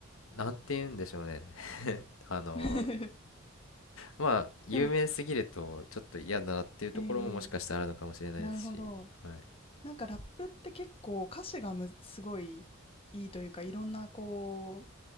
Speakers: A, on the left; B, on the left.
A: なんて言うんでしょうね。<laughs> あの
B: <laughs>
A: まあ、有名すぎるとちょっと嫌だなっていうところももしかしたらあるのかもしれないですし、
B: でも、えー、なるほど。
A: はい。
B: なんかラップって結構歌詞がむ、すごいいいというか、いろんなこ